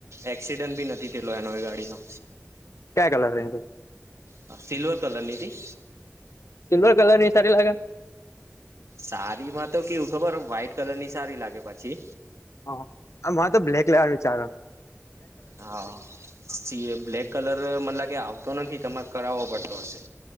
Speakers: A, on the right; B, on the left.
A: એક્સિડન્ટ ભી નથી થયેલો એનો એ ગાડીનો
B: ક્યા કલર ની
A: હ સિલ્વર કલરની હતી,
B: સિલ્વર કલર ની સારી લાગે
A: સારિ માં તો કેવું ખબર વ્હાઈટ કલરની સારી લાગે પછી,
B: હ અ માર તો બ્લેક લેવાનો વિચારો હ
A: હા સિએ બ્લેક કલર મન લાગે ગે આવતો નથી તમારે કરાવવો પડતો હશે,